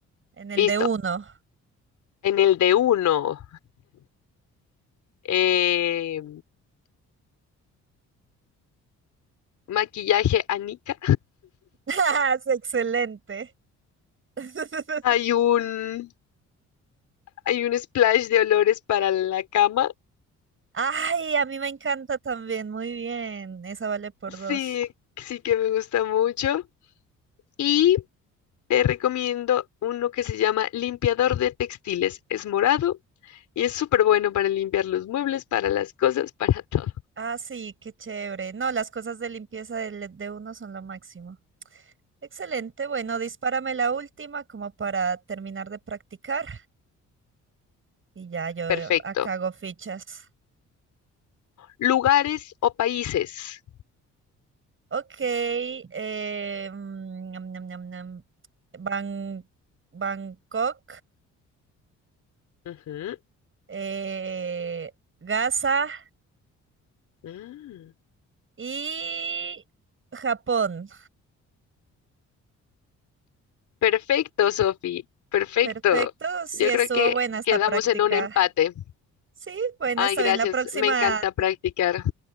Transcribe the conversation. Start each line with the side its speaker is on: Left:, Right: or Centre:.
Right: en el
Left: Listo.
Right: de uno.
Left: En el de uno, eh, maquillaje Anika.
Right: <laughs> ¡Ah, es excelente! <laughs>
Left: Hay un, hay un splash de olores para la cama.
Right: Ay, a mí me encanta también, muy bien, esa vale por
Left: Sí,
Right: dos.
Left: sí que me gusta mucho. Y te recomiendo uno que se llama limpiador de textiles. Es morado y es súper bueno para limpiar los muebles, para las cosas, para todo.
Right: Ah, sí, qué chévere. No, las cosas de limpieza de, de uno son lo máximo. Excelente, bueno, dispárame la última como para terminar de practicar y ya yo
Left: Perfecto.
Right: acá hago fichas.
Left: Lugares o países.
Right: Ok, eh, mm, ñam, ñam, ñam, ñam. Ban- Bangkok,
Left: Ujú,
Right: eh, Gaza
Left: mm.
Right: y Japón.
Left: Perfecto, Sofi, perfecto.
Right: Perfecto, sí,
Left: Yo
Right: estuvo
Left: creo que
Right: buena esta
Left: quedamos
Right: práctica.
Left: en un empate.
Right: Sí, bueno,
Left: Ay,
Right: está
Left: gracias,
Right: bien. La próxima
Left: me encanta practicar.